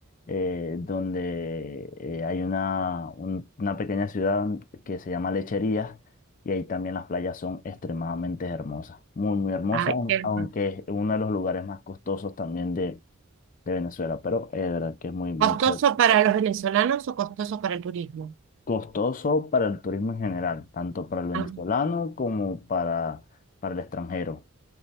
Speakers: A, on the left; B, on the right.
A: eh, donde eh, hay una, un- una pequeña ciudad que se llama Lecherías y ahí también las playas son extremadamente hermosas, muy, muy hermosas,
B: Ay,
A: aun-
B: qué-
A: aunque es uno de los lugares más costosos también de, de Venezuela, pero es verdad que es muy, muy
B: ¿Costoso
A: chévere.
B: para los venezolanos o costoso para el turismo?
A: costoso para el turismo en general, tanto para el venezolano
B: Ah,
A: como para, para el extranjero.